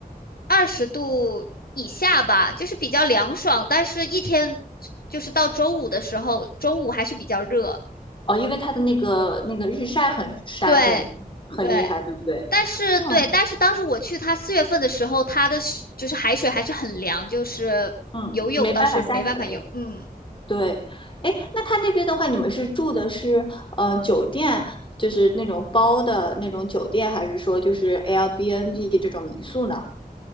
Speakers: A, on the left; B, on the left.
A: 二十度以下吧，就是比较凉爽，但是一天就是到周五的时候，中午还是比较热。
B: 哦，因为它的那个那个日晒很晒很很厉害，
A: 对，对，
B: 对不对？
A: 但是对，
B: 嗯
A: 但是当时我去它四月份的时候，它的是就是海水还是很凉，就是游泳倒是没办法游，
B: 嗯，没办法下水。
A: 嗯。
B: 对，哎，那它那边的话，你们是住的是呃酒店，就是那种包的那种酒店，还是说就是 Airbnb 这种民宿呢？